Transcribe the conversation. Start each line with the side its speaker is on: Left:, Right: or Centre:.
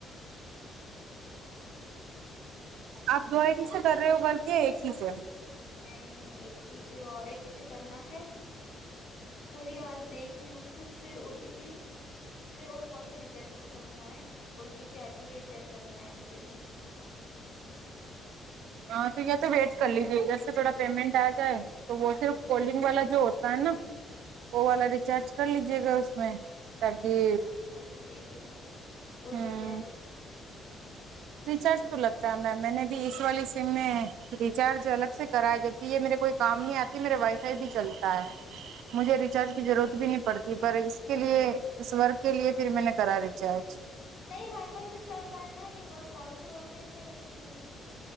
Left: سوچی
Right: آپ دوری سے کر رہے ہو بلے ایک ہی سے
Left: نہیں نہیں ایک ہی سے اور ایک سے کرنا ہے وہی آج دیکھ رہی ہوں کہ اس میں او ٹی پی اس میں وہ فون میں ریچارج ختم ہوا ہے او ٹی پی آتی ہے چیک کرنا ہے مجھے بھی
Right: ہاں تو یہ تو ویٹ کر لیجیے ادھر سے تھوڑا پیمنٹ آ جائے تو وہ صرف کالنگ والا جو ہوتا ہے نا وہ والا ریچارج کر لیجے گا اس میں تاکی
Left: ہاں وہی دیکھ رہی ہوں او
Right: ہاں
Left: ٹی پی آئے جب تک
Right: ریچارج تو لگتا ہے میم میں نے بھی اس والی سم میں ریچارج الگ سے کرایا جب یہ میرے کوئی کام نہیں آتی میرے وائی فائی پہ چلتا ہے
Left: ہاں
Right: مجھےری چارج کی ضرورت بھی نہیں پڑتی پر اس کے لیے اس ورک کے لیے پھر میں نے کرا ریچارج
Left: نہیں وائی فائی سے چل رہا ہے نا یہ وا کال تو وائی فائی سے لگتی ہے